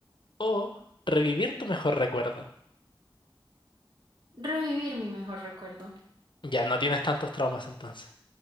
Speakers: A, on the left; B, on the right.
A: o revivir tu mejor recuerdo?
B: Revivir mi mejor recuerdo.
A: Ya, no tienes tantos traumas entonces.